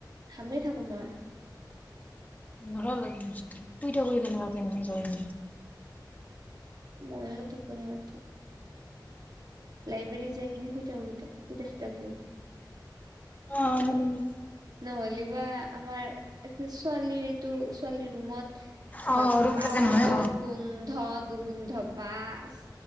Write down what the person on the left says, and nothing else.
মৰা লাগেুই থাক কেনেুৱাকে ম যায়
অনিবি
অ
ৰুম থাকে
নহয় অ